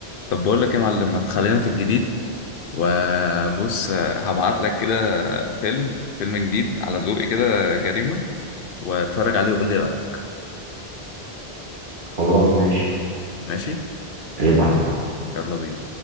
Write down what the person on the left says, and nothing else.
طب بقول لك ايه يا معلم ما تخلينا في الجديد وبص آه، هبعت لك كده فيلم فيلم جديد على ذوقي كده جريمة واتفرج عليه وقول لي رأيك
ماشي
يلا بينا